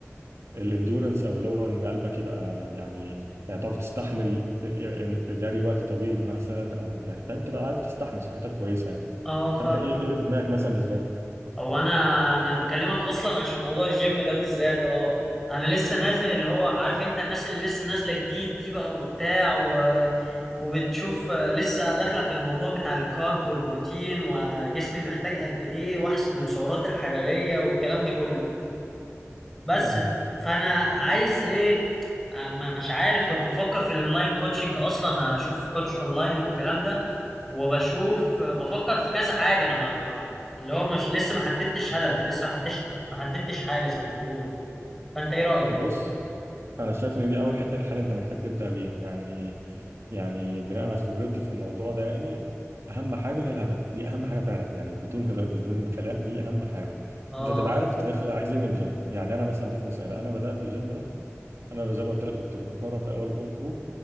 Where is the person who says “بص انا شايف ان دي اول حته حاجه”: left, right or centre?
Right